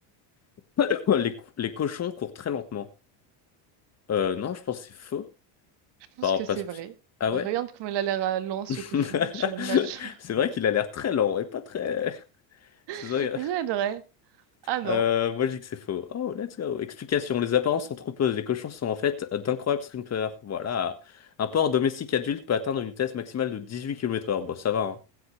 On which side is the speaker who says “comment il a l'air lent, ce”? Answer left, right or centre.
Right